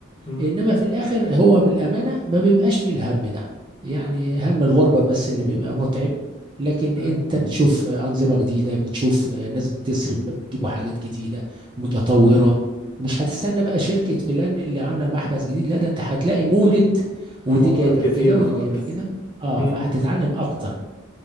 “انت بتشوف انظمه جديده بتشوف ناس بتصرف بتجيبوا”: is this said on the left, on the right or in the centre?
Right